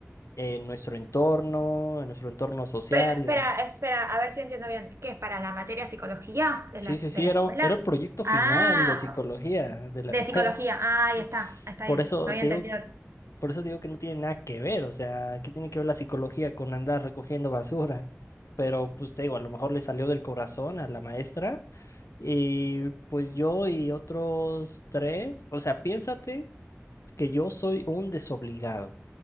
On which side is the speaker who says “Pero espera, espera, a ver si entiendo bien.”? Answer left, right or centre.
Right